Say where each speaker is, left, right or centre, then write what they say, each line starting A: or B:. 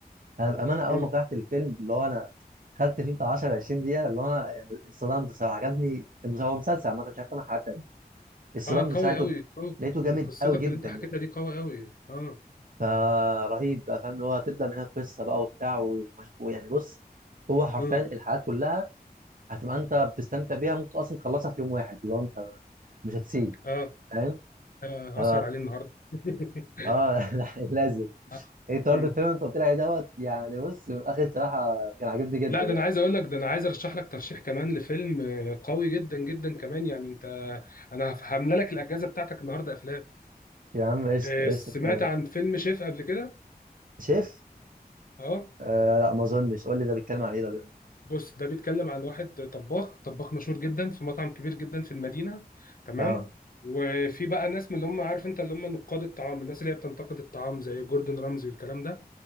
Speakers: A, on the right; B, on the left.
A: انا بامانه اول
B: امم
A: ما فتحت الفيلم اللي هو انا خدت فيه بتاع 10 20 دقيقه اللي هو انا يعني اتصدمت الصراحه عجبني المس- هو مسلسل عامه مش عارف انا حاجات تانية اتصدمت
B: اه قوي
A: ساعته
B: قوي قوي
A: لقيته
B: من
A: جامد
B: قصتك
A: قوي جدا
B: اللي انت حكيتها
A: يعني
B: دي قوي قوي اه
A: فرهيب بقى فاهم اللي هو هتبدا من هنا قصه بقى وبتاع ومش... ويعني بص هو حرفيا
B: امم
A: الحلقات كلها هتبقى انت بتستمتع بيها ممكن اصلا تخلصها في يوم واحد اللي هو انت مش هتسيب
B: اه
A: فاهم
B: آه،
A: ف...
B: هسهر عليه النهارده <laughs>
A: اه <laughs> لازم
B: آه.
A: ايه طرد
B: مم.
A: الفيلم اللي انت قلت لي عليه دوت يعني بص من الاخر صراحه كان عاجبني جدا
B: لا
A: يعني
B: ده انا عايز اقول لك ده انا عايز ارشح لك ترشيح كمان لفيلم آه، قوي جدا جدا كمان يعني انت انا هف- هملى لك الاجازه بتاعتك النهارده افلام
A: يا عم قشطة
B: آه، سمعت
A: قشطة
B: عن فيلم شيف قبل كده
A: شيف
B: اه
A: آه لا ما اظنش قول لي ده بيتكلم عن ايه ده بيعمل إيه؟
B: بص ده بيتكلم عن واحد طباخ طباخ مشهور جدا في مطعم كبير جدا في المدينة تمام
A: اه
B: وفي بقى ناس من اللي هم عارف انت اللي هم نقاد الطعام الناس اللي هي بتنتقد الطعام زي جوردن رامزي والكلام ده